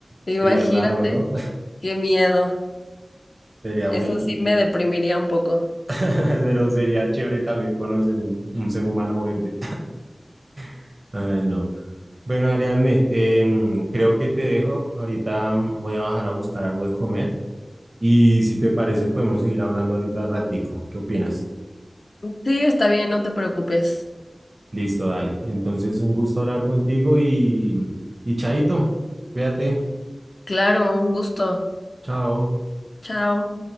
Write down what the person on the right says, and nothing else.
Sería raro, ¿no?
<laughs> Sería
muy...
<laughs> Pero sería chévere también conocer un, un ser humano verde. <laughs> Ay, no. Bueno, Ariadne, em, creo que te dejo. Ahorita mm, voy a bajar a buscar algo de comer. Y si te parece, podemos seguir hablando ahorita ratico. ¿Qué opinas?
Listo, dale. Entonces, un gusto hablar contigo y, y chaito, cuídate.
Chao.